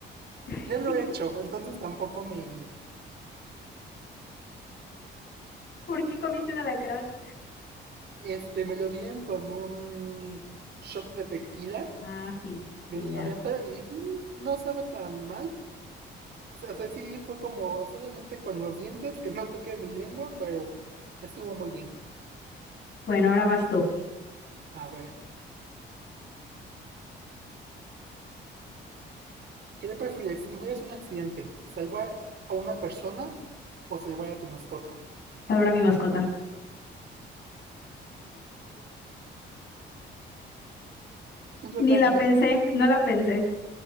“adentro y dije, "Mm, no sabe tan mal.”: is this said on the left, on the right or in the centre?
Right